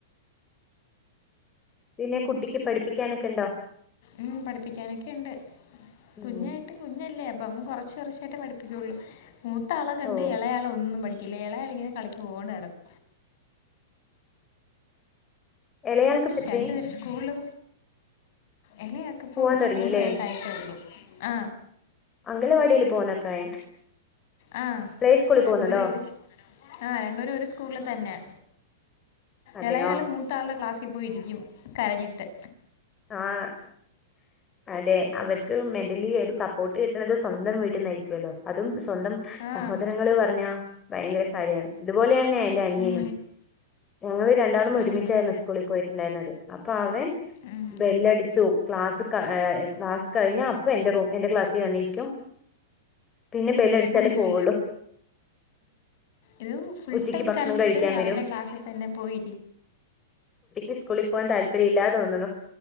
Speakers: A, on the left; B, on the left.
A: പിന്നെ കുട്ടിക്ക് പഠിപ്പിക്കാനൊക്കെ ഇണ്ടോ
B: ഉം പഠിപ്പിക്കാനൊക്കെയിണ്ട്
A: ഉം
B: കുഞ്ഞായിട്ട് കുഞ്ഞല്ലേ അപ്പം കൊറച്ച് ച്ച് കുറച്ചയായിട്ടേ പഠിപ്പിക്കുവൊള്ളൂ മൂത്താളെ കണ്ട്
A: ഓ
B: എളയാളൊന്നും പഠിക് ഇല്ലേ എളയാളിങ്ങനെ കളിച്ചോണ്ട് അടക്ക്
A: ഇളയാൾക്ക് ഇപ്പ എത്രേ
B: രണ്ടു പേര് സ്കൂള്ള് എളയാക്കിപ്പം
A: പോവാൻ തുടങ്ങില്ലേ
B: മൂന്ന് വയസ്സായിട്ടേ ഉള്ളൂ ആ
A: അംഗലവാടീല് പോവുന്ന പ്രായം
B: ആഹ്
A: പ്ലേ സ്കൂളിൽ
B: രണ്ടുപേരുവൊര്
A: പോകുന്നുണ്ടോ
B: ആഹ് രണ്ടുപേരു ഒരു സ്കൂള്ള് തന്നെയാ
A: അതെയോ
B: എളയാള് മൂത്താൾടെ ക്ലാസ്സീ പോയിരിക്കും കരഞ്ഞിട്ട്
A: ആഹ് അതെ അവർക്ക് മെന്റലി ഒരു സപ്പോർട്ട് കിട്ട് ട്ട്ണത് സ്വന്തം വീട്ടിന്നായിരിക്കുവല്ലോ അതും സ്വന്തം
B: ആഹ്
A: സഹോദരങ്ങള് പറഞ്ഞാ ഭയങ്കര കാര്യാണ് ഇതുപോലേ െ എന്റെ അനിയനും
B: ഉം
A: ഞങ്ങൾ രണ്ടാളം ഒരുമിച്ചായിരുന്നു
B: ഉം ഉം
A: സ്കൂളിൽ പോയിട്ടുണ്ടായിരുന്നത് അപ്പൊ അവൻ
B: ഉം
A: ബെല്ലടിച്ചു ക്ലാസ് ക്ലാസ് കഴിഞ്ഞ അപ്പൊ എന്റെ റൂ എന്റെ ക്ലാസ് ചെയ വന്നിരിക്കും പിന്നെ ബല അടിച്ചാലേ
B: ഉം
A: പോവുള്ളൂ
B: ഇത് ഫുൾ
A: ഉച്ചയ്ക്ക്
B: ടൈം
A: ഭക്ഷണം
B: കരഞ്ഞിട്ട്
A: കഴിക്കാൻ
B: അവന്റെ
A: വരും
B: ക്ലാസ്സിൽ തന്നെ പോയി്
A: ഈ സ്കൂളിൽ പോവാൻ താല്പര്യമല്ലാന്ന്ോന്നണോ